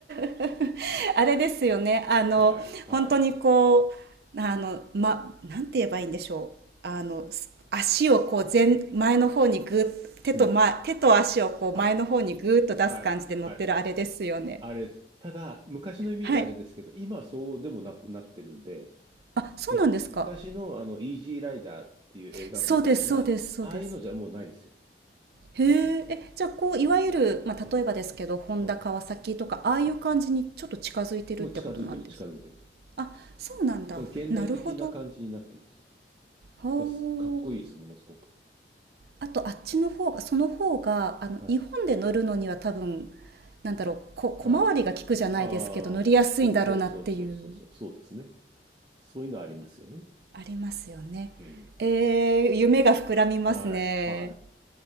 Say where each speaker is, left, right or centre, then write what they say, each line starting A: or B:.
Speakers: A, on the right (about 60°); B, on the right (about 25°).
A: <laughs> あれですよね。あの、
B: い、はい。
A: 本当にこう、あの、ま、なんて言えばいいんでしょう。あの、す足をこう前、前の方にぐー手と、
B: うん。
A: ま、手と足をこう前の方にぐーっと出す感じで乗ってるあれですよね。
B: はい、はい、はい。あれです。ただ、昔のイメージあれですけど、
A: はい。
B: 今はそうでもなくなってるんで、
A: あ、そうなんですか。
B: む、昔のあの、イージーライダーっていう映画みたいな、
A: そうです、そうです、そうです。
B: ああいうのじゃもうないですよ。
A: へえ、え、じゃあこういわゆる、まあ、
B: うん、
A: 例えばですけど、ホンダ、
B: うん、
A: 川崎とかああいう感じにちょっと近づいてるってことなんですか？
B: うん。もう近づいてる、近づいてる。
A: あ、そうなんだ。
B: だから現代的な感じになってますよ。
A: なるほど。ほう。
B: だす。かっこいいです、ものすごく。
A: あとあっちの方がその方があの日本で乗るのには多分
B: はい、
A: なんだろう、こ小回りが利くじゃないですけど、
B: はい。ああ、
A: 乗りやすいんだろうなっていう
B: そうそうそうそうそうそう、そうですね。そういうのありますよね。
A: ありますよね。
B: うん。
A: えー夢が膨らみますね。
B: はい、はい。